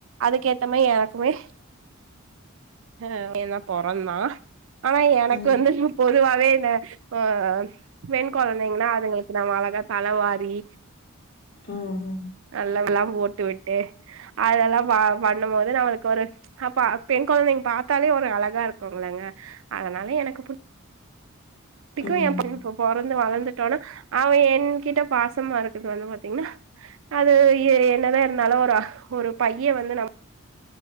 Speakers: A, on the right; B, on the left.
A: அதுக்க ஏத்த மாரி எனக்குமே ஆ பையன் தான் பொறந்தான் ஆனா எனக்கு
B: ம்
A: வந்து பொ பொதுவாவே இந்த ஆ பெண் கொழந்தைங்கன்னா அதுங்களுக்கு நாம அழகா தலவாரி
B: ம்
A: நல்லவெல்லாம் போட்டு விட்டு அதெல்லாம் பா பண்ணும் போது நம்மளுக்கு ஒரு ஹப்பா பெண் கொழந்தைங்க பாத்தாலே ஒரு அழகா இருக்கும்ங்களங்க அதனால எனக்கு புடி பிக்கும்
B: ம்
A: என் பையன் பொறந்து வளந்து தொல அவன் என்கிட்ட பாசமா இருக்குது வந்து பாத்தீங்கன்னா அது எ என்னதான் இருந்தாலும் அது ஒரு பைய வந்து நம்